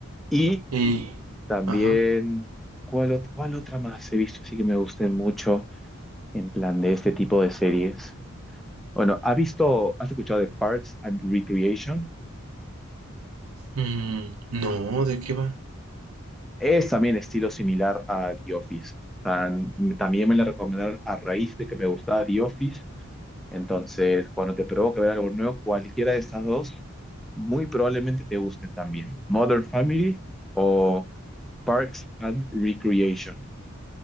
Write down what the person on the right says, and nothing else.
y...
Ajá.
Mm, no, ¿de qué va?